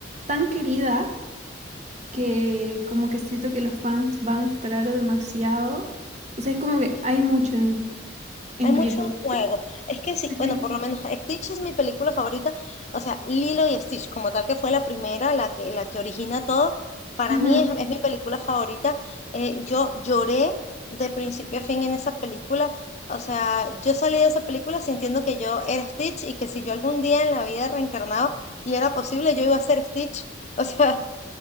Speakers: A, on the right (about 35°); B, on the left (about 35°).
A: tan querida que como que siento que los fans van a esperar demasiado. O sea, es como que hay mucho en, en
B: Hay mucho
A: riesgo.
B: en juego. Es que sí,
A: Sí,
B: bueno,
A: sí,
B: por lo
A: sí.
B: menos Stitch es mi película favorita. O sea, Lilo y Stitch, como tal que fue la primera, la que, la que origina todo, para
A: Ujú,
B: mí es, es mi película favorita. Eh, yo lloré de principio a fin en esa película. O sea, yo salí de esa película sintiendo que yo era Stitch y que si yo algún día en la vida reencarnaba y era posible, yo iba a ser Stitch. <laughs> O sea,